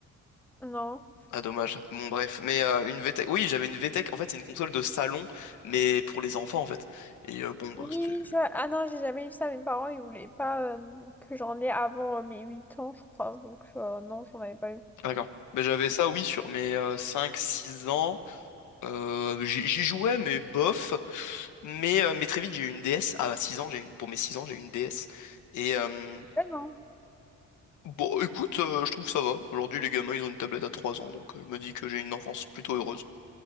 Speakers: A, in the centre; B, on the left (about 80°).
A: Non.
B: Ah, dommage. Bon, bref. Mais euh, une VTech... Oui, j'avais une VTech. En fait, c'est une console de salon, mais pour les enfants, en fait. Et euh, bon, bah,
A: Oui, oui,
B: c'était...
A: je vois. Ah non, j'ai jamais eu ça. Mes parents, ils voulaient pas euh, que j'en ai avant euh, mes 8 ans, je crois. Donc, euh, non, j'en avais pas eu.
B: D'accord. Mais j'avais ça, oui, sur mes euh, cinq six ans. Euh, j'y j'y jouais, mais bof. Mais, euh, mais très vite, j'ai eu une DS. À 6 ans, j'ai une... pour mes 6 ans, j'ai eu une DS. Et, euh,
A: Ah non.
B: Bon, écoute, euh, je trouve que ça va. Aujourd'hui, les gamins, ils ont une tablette à 3 ans, donc euh, je me dis que j'ai une enfance plutôt heureuse.